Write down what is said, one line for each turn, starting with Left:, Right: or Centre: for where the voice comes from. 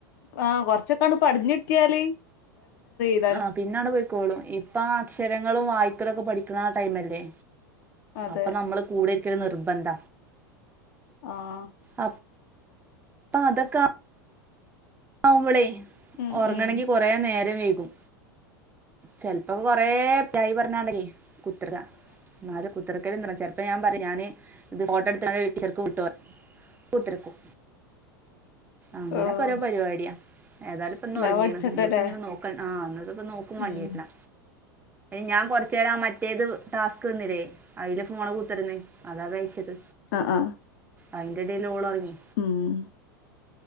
Left: ആഹ് കൊറച്ചൊക്കാ പടിഞ്ഞു- കിട്ടിയല്. <unintelligible>
Right: ആഹ് പിന്ന അങ്ങ്ട്- പോയിക്കോളും. ഇപ്പ അക്ഷരങ്ങളും, വായിക്കലും, ഒക്കെ പഠിക്കണ ആ ടൈംല്ലേ?
Left: അതെ
Right: അപ്പോ നമ്മള് കൂടെ- ഇരിക്കല് നിർബന്ധ.
Left: ആഹ്...,
Right: അ, അപ്പ അതൊക്ക- ആകുമ്പളേ
Left: ഉം
Right: ഉറങ്ങണങ്കി-
Left: ഉം
Right: കുറ നേരം വൈകും, ചെലപ്പോം കൊറേ <unintelligible> കുത്തക എന്നാല്, കുത്തക്കൽ- എന്ത ചിലപ്പോൾ ഞാൻ പറയും- ഞാന്- ഇത് ഫോട്ടോ എടുത്ത- <unintelligible> അങ്ങനെ-
Left: ആഹ്
Right: കുറെ- പരിപാടിയ ഏതാലും ഇപ്പോന്ന്-
Left: എല്ലാം
Right: ഉറങ്ങീണം
Left: പഠിച്ചണ്ടല്ലേ
Right: ഇന്ന് നോക്കണ്ട- ആഹ്, ഇന്ന് ഇപ്പം നോ- <unintelligible>
Left: ഉം
Right: ഞാൻ- കൊറച്ച നേരം മറ്റേത് ടാസ്ക്- തന്നില്ലേ. അയില് ഫോണ് കൂത്തിരന്ന്- അതാ അത് അയച്ചത്.
Left: ആഹ്, ആഹ്...,
Right: അയിന്റെടേലോളൊറങ്ങി.
Left: ഉം